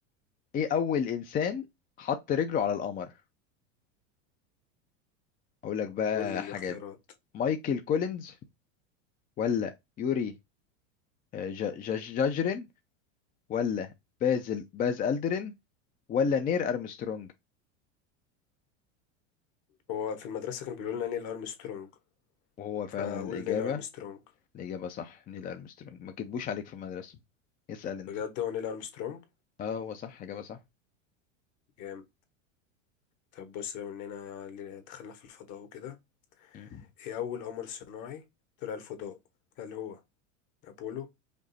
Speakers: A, on the left; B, on the left.
A: ايه أول إنسان حط رجله على القمر هقول لك بقى
B: قول لي الاختيارات
A: حاجات مايكل كولينز ولا يوري آه، ج... ج... جاجرين ولا بازل باز ألدرين ولا نير أرمسترونج
B: هو في المدرسة كانوا بيقولوا لنا نيل ارمسترونج
A: وهو فعلا
B: فاقول
A: الإجابة
B: نيل ارمسترونج
A: الإجابة صح نيل أرمسترونج ما كتبوش عليك في المدرسة اسأل أنت
B: بجد هو نيل ارمسترونج
A: اه هو صح إجابة صح
B: جامد طب بص بما اننا دخلنا في الفضاء وكده
A: مم.
B: ايه اول قمر صناعي طلع الفضاء هل هو أبولو